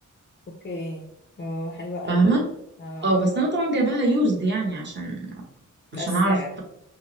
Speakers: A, on the left (about 30°); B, on the right (about 35°).
A: اوكي اه حلوة قوي
B: فاهمه
A: اه
B: اه بس انا طبعا جايباها يوزد يعني عشان
A: ده
B: عشان
A: السعر
B: اعرف